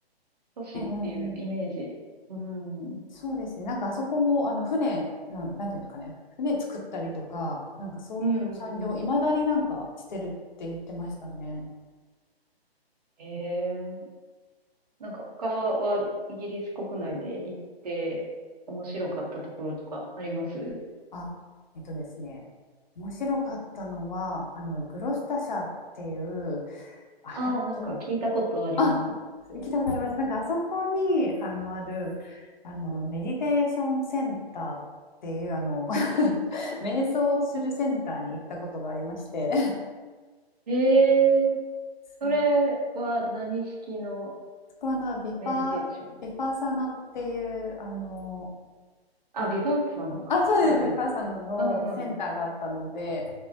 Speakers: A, on the right; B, on the left.
A: 都市っていうイメージ。
B: うんうんうん、
A: うん。うん、
B: そうですね、なんかあそこも、あの船、あのなんていうんですかね、船作ったりとか、なんかそういう産業、
A: うんうん。
B: いまだになんかしてるって言ってましたね。
A: ええ。なんか他はイギリス国内で行って面白かったところとかあります
B: あ、えっとですね、面白かったのは、あの、グロスタ社っていう、あれはどう、
A: ああー、なんか聞いたことあります。
B: あ、聞いたことあります。
A: うん。
B: なんか、あそこに、あの、ある、あの、メディテーションセンターっていう、あの、<laughs> 瞑想をするセンターに行ったことがありまして、
A: ええ、
B: そう
A: それは何式の
B: <laughs> そこはあの、ビパ、
A: メディテーション
B: ビパサナっていう、あの、
A: あ、
B: なんか
A: ビパッサナ。
B: あ、そうです。
A: はいはい。
B: ヴィパッサナのセンターがあったので、
A: うんうん。